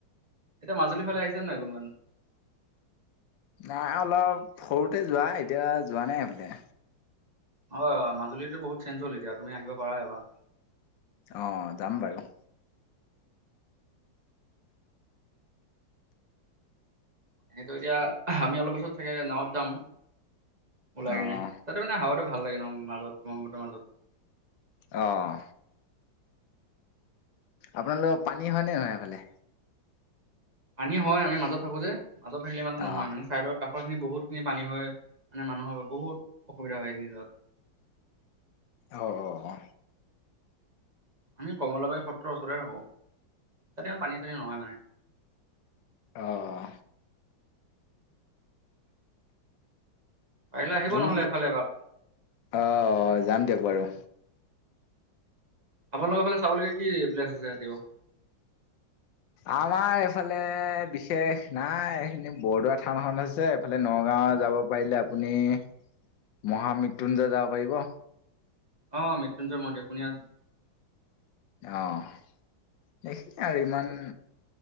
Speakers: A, on the right (about 30°); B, on the left (about 75°).
A: এতিয়া মাজুলীৰ ফালে আহিছে নাই কোনোবান
B: নাই অলপ সৰুতে যোৱা এতিয়া যোৱা নাই। এইফালে
A: হয়-হয় মাজুলীতটো বহুত চেঞ্জ হ'ল এতিয়া তুমি আহিব পাৰা এবাৰ
B: অ, যাম বাৰু
A: কিন্তু এতিয়া আমি অলপ বছৰত থাকে নাৱত যাম। ওলাই
B: অ'
A: কিনে তাতে মানে হাৱাটো ভাল লাগে ন মাজত মহুতৰ মাজত
B: আহ, আপোনালোকৰ পানী হয়নে নহয় এফালে
A: পানী হয়, আমি মাজত থাকো যে মাজত থাকিলে মানো নহয়
B: অ'
A: মানে চাইদৰ কাষ খিনি বহুতখিনি পানী হয় মানে মানুহৰ বহুত অসুবিধা হয় এইখিনি যাত
B: অ-অ
A: আমি কমলাবাৰী সত্ৰৰ ওচৰ থাকো তাতে ইমান পানী চানী নহয় মানে
B: আহ,
A: পাৰিলে আহিব
B: যোন
A: নহ'লে এফালে এপাক
B: আহ যাম দিয়ক বাৰু
A: আপোনালোকৰ ফালে চাবলগীয়া কি প্লেছ আছে এতি
B: আমাৰ এইফালে বিশেষ নাই এইখিনি বৰদোৱা থানখন আছে এইফালে নগাঁও যাব পাৰিলে আপুনি <unintelligible> যাব পাৰিব
A: অ মৃত্যুঞ্জয় মন্দিৰ শুনি আছো
B: আহ সখিনে আৰু ইমান